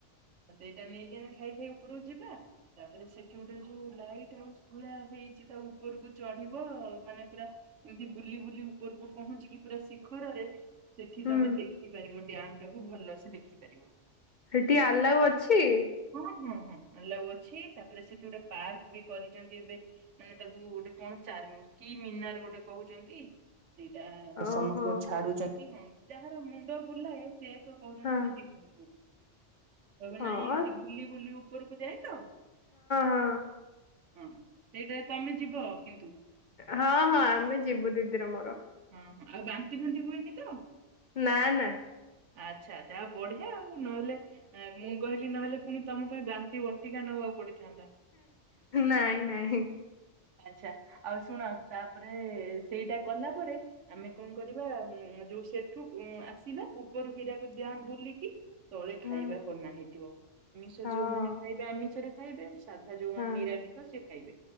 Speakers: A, on the right (about 75°); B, on the left (about 50°).
A: ତ ସେଇଟାକୁ ନେଇକି ଆମେ ଖାଇ ଖାଇ ଉପରକୁ ଯିବା। ତାପରେ ସେଠି ଗୋଟେ ଯୋଉ ଲାଇଟ ହାଉସ ପୁରା ହେଇଛି ତା ଉପରକୁ ଚଢିବ, ମାନେ ପୁରା ଏମିତି ବୁଲି ବୁଲି ଉପରକୁ ପହଞ୍ଚିକି ପୁରା ଶିଖରରେ ସେଠି
B: ହୁଁ
A: ତମେ ଦେଖିପାରିବ ଡ୍ୟାମ ଟାକୁ। ଭଲସେ ଦେଖିପାରିବ।
B: ହେଠି ଆଲାଉ ଅଛି?
A: ହୁଁ -ହୁଁ -ହୁଁ, ଆଲାଉ ଅଛି। ତାପରେ ସେଠି ଗୋଟେ ପାର୍କ ବି କରିଛନ୍ତି ଏବେ ମାନେ ତାକୁ ଗୋଟେ କଣ ଚାରମ କି ମିନାର ଗୋଟେ କହୁଛନ୍ତି? ସେଇଟା
B: ଓହୋ
A: ସମସ୍ତଙ୍କୁ ଛାଡୁଛନ୍ତି ହଁ ଯାହାର ମୁଣ୍ଡ ବୁଲାଏ ସେ ଏକ କହୁଛନ୍ତି
B: ହଁ
A: ଆମେ ଯିବୁନି ବୋଲି। ନହେଲେ
B: ହଁ
A: ନାଇଁ ଏମତି
B: ହଁ
A: ବୁଲିବୁ ବୁଲି ଉପରକୁ ଯାଏ ତ,
B: ହଁ
A: ହଁ ହଁ ସେଇଟାକୁ ଆମେ ଯିବ କିନ୍ତୁ।
B: ହଁ ହଁ ଆମେ ଯିବୁ ଦିଦିର ମୋର।
A: ହଁ ହଁ। ଆଉ ବାନ୍ତି ଫାନ୍ତି ହୁଏନି ତ?
B: ନା ନା।
A: ଆଚ୍ଛା। ଯାହା ହଉ ବଢିଆ ଆଉ। ନହେଲେ ମୁଁ କହିଲି ନହେଲେ ପୁଣି ତମ ପାଇଁ ବାନ୍ତି ବଟିକା ନବାକୁ ପଡିଥାନ୍ତା।
B: ନାଇଁ ନାହିଁ।
A: ଆଚ୍ଛା। ଆଉ ଶୁଣ ତାପରେ ସେଇଟା କଲା ପରେ ଆମେ କଣ କରିବା ଯୋଉ ସେଠୁ ଆସିବା ଉପରୁ ହିରାକୁଦ ଡ଼୍ୟାମ୍ ବୁଲିକି ତଳେ
B: ହୁଁ
A: ଖାଇବା ବନା ହେଇଥିବ। ଆମିଷ
B: ହଁ
A: ଯୋଉମାନେ ଖାଇବେ ଆମିଷରେ ଖାଇବେ। ସାଧା ଯୋଉମାନେ
B: ହଁ
A: ନିରାମିିଷ ସେ ଖାଇବେ।